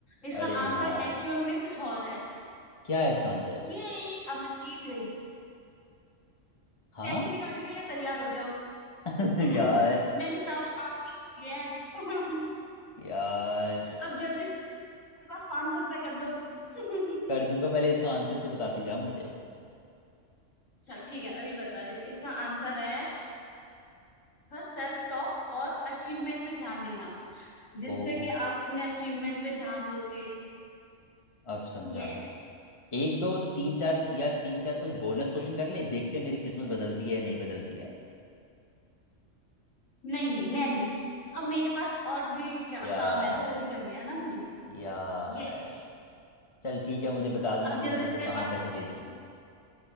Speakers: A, on the left; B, on the left.
A: इसका
B: अरे
A: आंसर
B: यार
A: एक्चुअल में कुछ और है
B: क्या है इसका आंसर
A: ये अब मैं जीत गई
B: हाँ
A: पैसे निकालने के लिए तैयार हो जाओ
B: <laughs>
A: <laughs>
B: यार
A: मैंने ज्यादा आंसर्स दिए हैं <laughs>
B: यार
A: अब जल्दी से बस पांच सौ रुपए कर दो
B: कर
A: <laughs>
B: दूंगा पहले इसका आंसर तो बताती जा मुझे
A: अच्छा ठीक है अभी बता रही हूँ इसका आंसर है था सेल्फ टॉक और अचीवमेंट पे ध्यान देना जिससे
B: ओ
A: कि आप अपने अचीवमेंट पे ध्यान दोगे
B: अब समझा
A: यस
B: मैंने एक दो तीन चार या तीन चार कोई बोनस क्वेश्चन कर ले देखते हैं मेरी किस्मत बदलती है या नहीं बदलती है
A: नहीं नहीं मैं नहीं अब मेरे पास और भी क्या
B: यार
A: काम है ना वो भी करने हैं ना मुझे
B: यार
A: यस
B: चल ठीक है मुझे बता देना
A: अब
B: कि
A: जल्दी
B: मैं तुझे
A: से मेरे
B: कहाँ
A: पास
B: पैसे भेजूँ